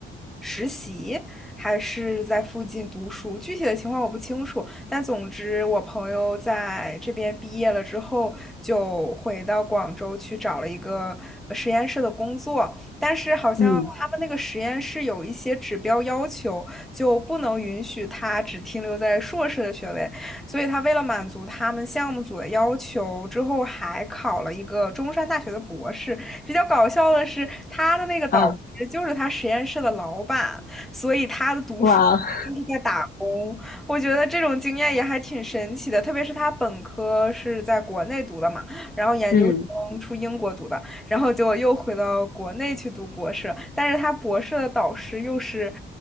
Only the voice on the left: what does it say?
嗯。
啊，
哇，<laughs>
嗯